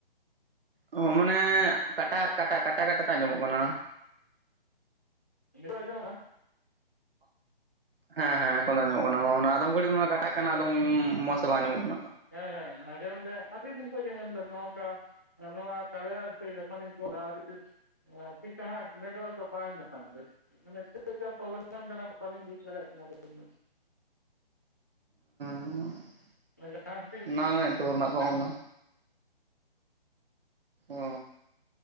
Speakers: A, on the right (about 70°); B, on the left (about 15°).
A: ᱚᱦ ᱢᱟᱱᱮ ᱠᱟᱴᱟᱜ ᱠᱟᱴᱟ ᱠᱟᱴᱟ ᱠᱟᱴᱟ ᱛᱮ ᱟᱸᱡᱚᱢᱚᱜ ᱠᱟᱱᱟ᱾
B: ᱱᱤᱛᱚᱜ ᱟᱸᱡᱚᱢᱚᱜ ᱠᱟᱱᱟ?
A: ᱦᱮᱸ ᱦᱮᱸ ᱮᱠᱷᱚᱱ ᱫᱚ ᱟᱸᱡᱚᱢᱚᱜ ᱠᱟᱱᱟ ᱢᱟ ᱟᱫᱚᱢ ᱜᱷᱟᱲᱤᱡ ᱫᱚ ᱢᱟᱱᱮ ᱠᱟᱴ ᱴᱟᱜ ᱠᱟᱱᱟ
B: ᱟᱪᱪᱷᱟ
A: ᱟᱫᱚᱢ
B: ᱟᱪᱪᱷᱟ
A: ᱢᱚᱡᱽ ᱛᱮ ᱵᱟᱝ ᱟᱸᱢᱚᱢᱚᱜ ᱠᱟᱱᱟ᱾
B: ᱦᱮᱸ ᱦᱮᱸ ᱢᱟᱡᱮ ᱢᱚᱫᱽᱫᱷᱮ ᱟᱹᱰᱤ ᱫᱤᱱ ᱠᱷᱚᱡ ᱜᱮ ᱢᱮᱱ ᱫᱚ ᱱᱚᱜ-ᱚᱝᱠᱟ ᱟᱨ ᱱᱚᱣᱟ ᱠᱟᱲᱭᱟ ᱮᱯᱥ ᱛᱮ ᱡᱚᱠᱷᱚᱱᱤᱧ <unintelligible> ᱮᱸ ᱴᱷᱤᱠ ᱴᱷᱟᱠ ᱦᱟᱸᱜ ᱱᱮᱴᱣᱟᱨᱠ ᱫᱚ ᱵᱟᱭ ᱧᱟᱢ ᱮᱫᱟ᱾ ᱢᱟᱱᱮ ᱪᱮᱫ ᱞᱮᱠᱟ ᱯᱨᱚᱵᱞᱮᱢ ᱠᱟᱱᱟ ᱟᱫᱚ ᱵᱟᱹᱞᱤᱧ ᱵᱩᱡ ᱫᱟᱲᱮᱭᱟᱜ ᱠᱟᱱᱟ ᱟᱞᱤᱧ ᱫᱚ᱾
A: <unintelligible>
B: <unintelligible> <unintelligible> ᱡᱟᱸᱣ
A: ᱚᱱᱟ ᱱᱮᱴᱣᱟᱨᱠ ᱨᱮᱱᱟᱜ ᱯᱨᱚᱵᱞᱮᱢ ᱚ